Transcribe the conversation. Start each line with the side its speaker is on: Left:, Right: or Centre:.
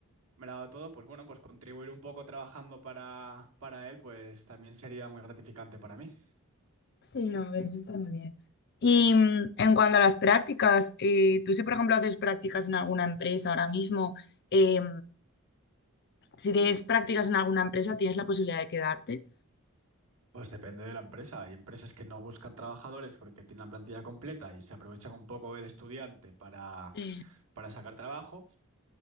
Right: me lo ha dado todo, pues bueno, pues contribuir un poco trabajando para, para él, pues también sería muy gratificante para mí.
Left: Sí, no, pero eso está muy bien. Y mm, en cuanto a las prácticas, eh, tú si por ejemplo haces prácticas en alguna empresa ahora mismo, eh, si tienes prácticas en alguna empresa, ¿tienes la posibilidad de quedarte?
Right: Pues depende de la empresa. Hay empresas que no buscan trabajadores porque tienen la plantilla completa y se aprovechan un poco del estudiante para,
Left: Sí,
Right: para sacar trabajo.